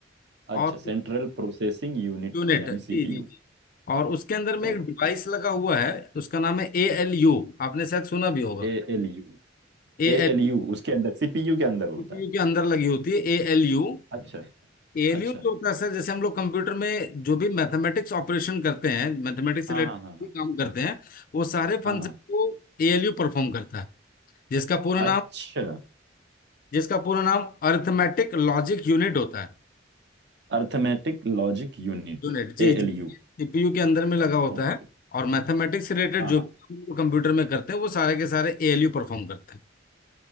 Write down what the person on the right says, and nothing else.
अच्छा सेंट्रल प्रोसेसिंग यूनिट
यानी
सीपीयू
Okay
ALU
एएलयू उसके अंदर सीपीयू के अंदर होता
है
अच्छा
अच्छा
हाँ
हाँ हाँ हाँ
हाँ हाँ
अच्छा
arithmetic logic unit
ALU
Okay
हाँ
हाँ